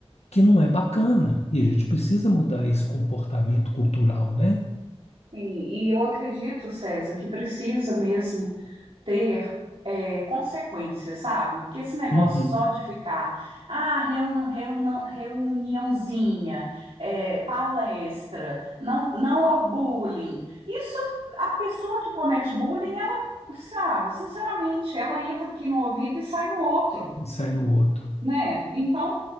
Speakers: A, on the left; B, on the right.
A: que não é bacana, e a gente precisa mudar esse comportamento cultural, né?
B: E, e eu acredito, César, que precisa mesmo ter é, consequência, sabe? Porque esse negócio
A: Uhum.
B: só de ficar, ah, reun, reunão- reuniãozinha, é, palestra, não, não ao bullying. Isso, a pessoa que comete bullying, ela sabe, sinceramente, ela entra aqui no ouvido e sai no outro,
A: E sai no outro.
B: né? Então,